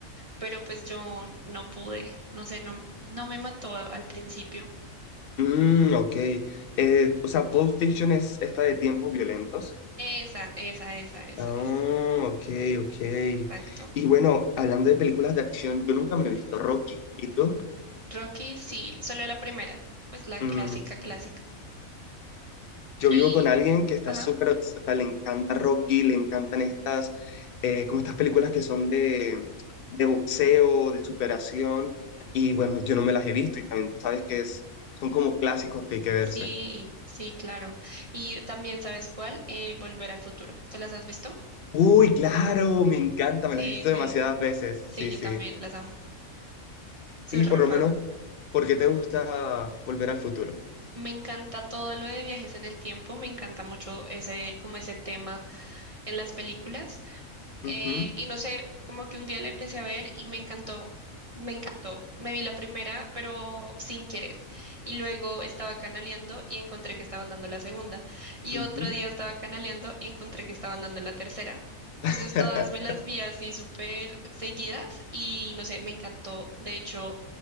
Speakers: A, on the right; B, on the left.
A: pero pues yo no pude. No sé, no, no me mató a- al principio.
B: Mm, ok. Eh, o sea, Pulp Fiction es esta de tiempos violentos.
A: Esa, esa, esa, esa
B: Ah,
A: es.
B: ok, ok.
A: Exacto.
B: Y bueno, hablando de películas de acción, yo nunca me he visto Rocky. ¿Y tú?
A: Rocky, sí, solo la primera, pues la clásica,
B: Mm,
A: clásica.
B: Yo
A: Y,
B: vivo con alguien que está
A: ajá.
B: súper, obs- o sea, le encanta Rocky, le encantan estas, eh, como estas películas que son de, de boxeo, de superación, y bueno, yo no me las he visto y también sabes que es, son como clásicos que hay que verse.
A: Sí, sí, claro. Y también, ¿sabes cuál? Eh, Volver al futuro. ¿Te las has visto?
B: Uy, claro, me encanta,
A: Sí,
B: me las he visto
A: sí,
B: demasiadas veces,
A: sí,
B: sí,
A: yo
B: sí.
A: también las amo. Soy
B: Y
A: re
B: por lo
A: fan.
B: menos, ¿por qué te gusta Volver al Futuro?
A: Me encanta todo lo de viajes en el tiempo, me encanta mucho ese, como ese tema en las películas. Eh,
B: Ujú,
A: y no sé, como que un día la empecé a ver y me encantó, me encantó. Me vi la primera, pero sin querer. Y luego estaba canaleando y encontré que estaban dando la segunda. Y
B: ujú,
A: otro día estaba canaleando y encontré que estaban dando la tercera. Entonces
B: <laughs>
A: todas me las vi así súper seguidas y no sé, me encantó. De hecho,